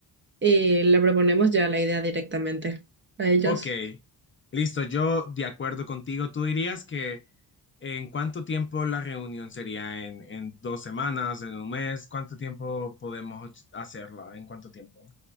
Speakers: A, on the right; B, on the left.
A: y la proponemos ya la idea directamente a ellos.
B: Ok, listo, yo de acuerdo contigo, tú dirías que en cuánto tiempo la reunión sería, en, en dos semanas, en un mes, ¿cuánto tiempo podemos hacerla? ¿En cuánto tiempo?